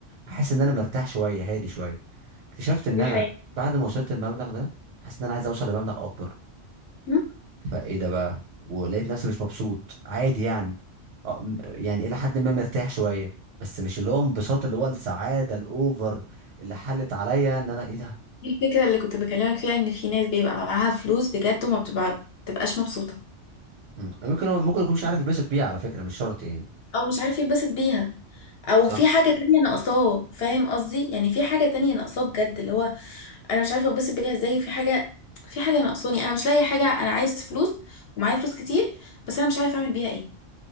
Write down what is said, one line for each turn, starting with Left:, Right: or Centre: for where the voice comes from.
Right: حاسس ان انا مرتاح شويه هادي شويه اكتشفت ان
Left: دي
Right: انا
Left: حقيقة
Right: بعد ما وصلت المبلغ ده حاسس ان انا عايز اوصل لمبلغ اكبر
Left: مم.
Right: فايه ده بقى ولقيت نفسي مش مبسوط عادي يعني آه، م- يعني الى حد ما مرتاح شويه بس مش اللي هو انبساط اللي هو السعاده الاوفر اللي حلت عليا ان انا ايه ده
Left: دي الفكرة اللي كنت بكلمك فيها ان في ناس بيبقى معاها فلوس بجد وما بتبقى بتبقاش مبسوطة
Right: مم. ممكن هو- ممكن يكونش عارف يتبسط بيه على فكره مش شرط يعني
Left: او مش عارف يتبسط بيها او
Right: صح
Left: في حاجة تانية ناقصاه فاهم قصدي يعني في حاجة تانية ناقصاه بجد اللي هو انا مش عارفة اتبسط بيها ازاي وفي حاجة في حاجة ناقصاني انا مش لاقي حاجة انا عايز فلوس ومعايا فلوس كتير بس انا مش عارفة اعمل بيها ايه